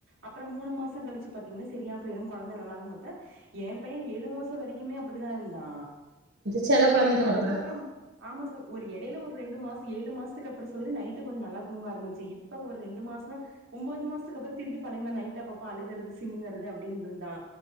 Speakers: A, on the right; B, on the right.
A: அப்புறம் மூணு மாசம் கழிச்சி பாத்திங்கன்னா சரியாபோயிரு குழந்த நல்லா இருக்கும் பார்த்த எ பைய ஏழு மாசம் வரைக்குமே அப்படிதா இருந்தா
B: சில குழந்தைகள்
A: அதுக்கப்புறம்
B: அப்படிதான்
A: ஆமா சகோ ஒரு இடையில ஒரு ரெண்டு மாசம் ஏழு மாசத்துக்கு அப்புறம் சகோதரி நைட்டு கொஞ்ச நல்லா தூங்க ஆரம்பிச்சி இப் இப்ப ஒரு ரெண்டு மாசம் ஒன்பது மாசத்துக்கு அப்புறம் திருப்பி பழைய மாதிரி நைட் அப்பப்ப அழுகறது சினுங்கிறது அப்படின்னுருந்தா